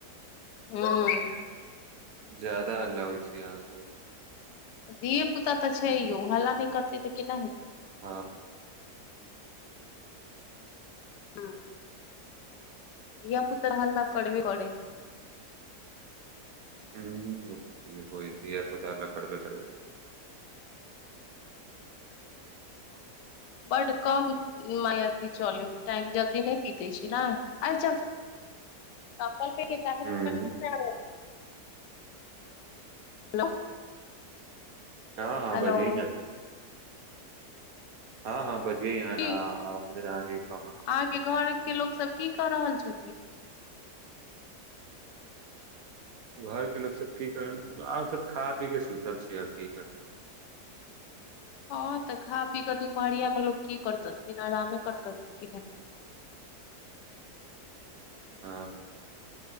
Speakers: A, on the left; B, on the right.
A: हुं हुं
B: ज्यादा हल्ला होइ छै अहाँके।
A: धिये-पुता तऽ छै यौ हल्ला नहि करतै तऽ केना हेतै।
B: हँ
A: हँ धिया-पुता त हल्ला कड़बे करै छै।
B: हुं होई होयत धिया-पुता हल्ला करबे करै छै।
A: बड कम मे अथि चले टाइम जल्दी नहि बीते छै नै अर चल सकल प ह स
B: हूं
A: ह <unintelligible>
B: हँ हँ
A: हेलो,
B: बजही ने। हँ हँ बजियै ह
A: की
B: ह अहाँके काम।
A: अहाँके घर के लोक सब की क रहल छथिन।
B: घरके लोक सब की कर आ सब खा पी के सुतल छै आर की करतै।
A: हँ तऽ खा पी कऽ दुपहरिया मे लोक की करतथिन आरामे करथन कि नहि।
B: हँ।